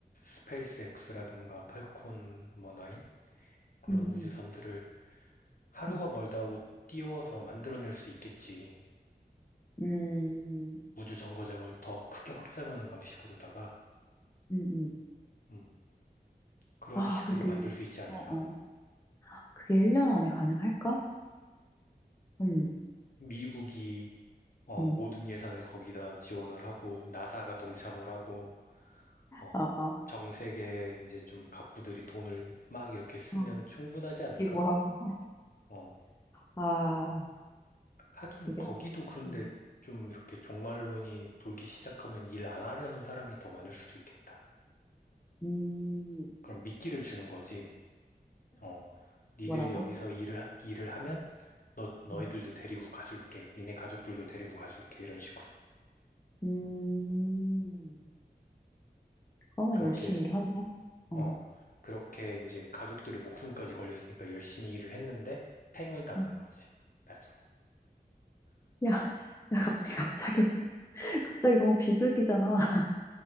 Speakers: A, on the left; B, on the left.
A: 스페이스 X라든가 팔콘 뭐 9? 그런
B: 음,
A: 우주선들을 하루가
B: 음,
A: 멀다 하고 띄워서 만들어낼 수 있겠지.
B: 음, 음,
A: 우주 정거장을 더 크게 확장하는 방식으로다가,
B: 음. 음.
A: 음, 그런
B: 아,
A: 식으로
B: 근데 그게
A: 만들 수 있지 않을까?
B: 어, 어. 그게 1년 안에 가능할까? 음,
A: 미국이, 어,
B: 음.
A: 모든 예산을 거기다 지원을 하고, 나사가 동참을 하고, 어,
B: 아, 아.
A: 전 세계 이제 좀 갑부들이 돈을 막 이렇게 쓰면
B: 어,
A: 충분하지 않을까?
B: 기부하고.
A: 어,
B: 아,
A: 하긴
B: 이게
A: 거기도 그런데
B: 음,
A: 좀 이렇게 종말론이 돌기 시작하면 일 안 하려는 사람이 더 많을 수도 있겠다.
B: 음,
A: 그럼 미끼를 주는 거지. 어, 니들이
B: 뭐라고?
A: 여기서 일을, 하- 일을 하면
B: 음,
A: 너, 너희들도
B: 음.
A: 데리고 가줄게. 니네 가족들도 데리고 가줄게. 이런 식으로.
B: 음, 그러면
A: 그렇게,
B: 열심히 일하긴 하네.
A: 어,
B: 음,
A: 그렇게 이제 가족들의 목숨까지 걸렸으니까 열심히 일을 했는데 팽을 당하는
B: 음.
A: 거지. 나중에.
B: 야, 야, 갑자기, 갑자기 갑자기 너무 비극이잖아. <laughs>